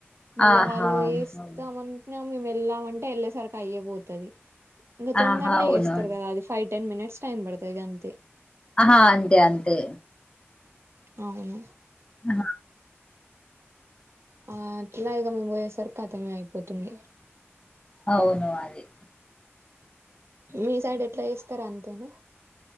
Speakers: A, on the right (about 70°); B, on the left (about 25°).
A: మళ్ళా
B: ఆహా
A: వాళ్ళు వేస్తామని
B: అవును
A: మేము వెళ్ళాంంటే వెళ్లే సరికి అయే పోతుంది ఇక తొందరనే
B: ఆహా అవును
A: చేేస్తారు కదా అది ఫై టెన్ మినిట్స్ టైమ్ బడతది గంతే
B: ఆహా అంతే అంతే
A: అవును
B: ఆ
A: ఆ అట్లా ఇగ మం పోయేసరికితమే అయిపోతుంది
B: అవును అది
A: మీ సైడ్ ఎట్లా జేస్తర అంతేనా